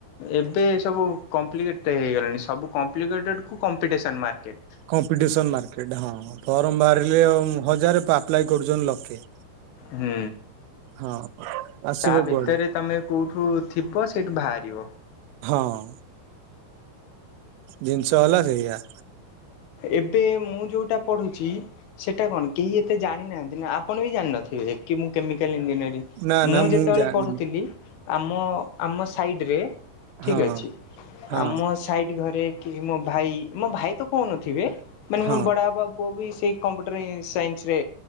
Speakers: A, on the left; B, on the right.
A: ଏବେ ସବୁ କମ୍ପ୍ଲିକେଟ ତ ହେଇଗଲାଣି ସବୁ କମ୍ପଲିକେଟଟ୍ କୁ କମ୍ପିଟେଶନ ମାର୍କେଟ୍।
B: କମ୍ପିଟିସନ ମାର୍କେଟ ହଁ ଫର୍ମ ବାହାରିଲେ ହଜାର ଆପ୍ଲାଏ କରୁଚନ୍ତି ଲକ୍ଷେ।
A: ହୁଁ।
B: ହଁ। ଆସିବ
A: ତା ଭିତରେ
B: କୁଆଡୁ
A: ତୁମେ କୋଉଠୁ ଥିବ ତମେ ସେଇଠୁ ବାହାରିବ।
B: ହଁ। ଜିନିଷ ହେଲା ସେୟା।
A: ଏବେ ମୁଁ ଯୋଉଟା ପଢୁଛି ସେଟା କଣ କେହି ଏତେ ଜାଣିନାହାନ୍ତି ନା ଆପଣ ବି ଜାଣିନଥିବେ? କି ମୁଁ କେମିକାଲ ଇଞ୍ଜିନିୟରିଂ
B: ନା
A: ମୁଁ
B: ନା
A: ଯେତେବେଳେ
B: ଜାଣିନି
A: ପଢୁଥିଲି। ଆମ ଆମ ସାଇଡ ରେ ଠିକ୍
B: ହଁ
A: ଅଛି
B: ହଁ
A: ଆମ ସାଇଡ୍ ଘରେ କି ମୋ ଭାଇ ମୋ ଭାଇ ତ କହୁନଥିବେ ମାନେ
B: ହଁ
A: ମୋ ବଡବାପା ପ ପୁଅ ବି ସେଇ କମ୍ପ୍ୟୁଟର ସାଇନ୍ସ ରେ